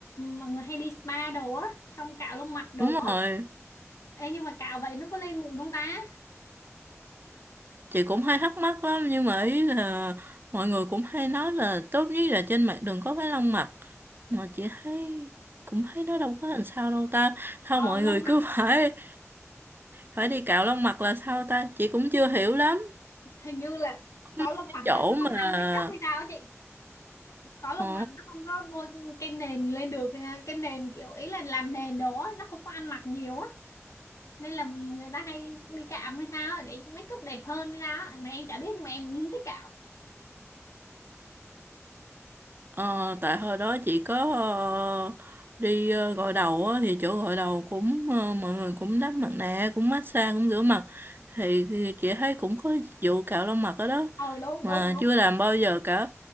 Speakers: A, on the left; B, on the right.
A: mọi người hay đi spa đồ á xong cạo lông mặt đồ
B: Đúng
A: á
B: rồi,
A: Ê, nhưng mà cạo vậy nó có lên mụn không ta
B: chị cũng hay thắc mắc lắm nhưng mà ý là mọi người cũng hay nói là tốt nhất là trên mặt đừng có cái lông mặt. Mà chị thấy cũng thấy nó đâu có làm sao đâu ta. Sao
A: ờ
B: mọi
A: lông
B: người
A: mặt
B: cứ <laughs> phải phải đi cạo lông mặt là sao ta? Chị cũng chưa hiểu lắm.
A: hình như là
B: Có mấy
A: có lông
B: Cái
A: mặt
B: chỗ
A: là nó
B: mà
A: không ăn make up hay sao á chị có lông
B: ờ
A: mày nó không có bôi kem nền lên được à, kem nền kiểu ý là làm nền đồ á nó không có ăn mặc nhiều á nên là người ta hay đi cạo hay sao á, để make up đẹp hơn hay sao á. mà em chả biết nhưng mà em cũng thích cạo
B: Ờ, tại hồi đó chị có ờ, đi ờ, gội đầu á, thì chỗ gội đầu cũng ờ, mọi người cũng đắp mặt nạ cũng massage cũng rửa mặt thì, thì chị thấy cũng có dịch vụ cạo lông mặt ở đó
A: ờ đúng
B: mà
A: đúng đúng
B: chưa làm bao giờ cả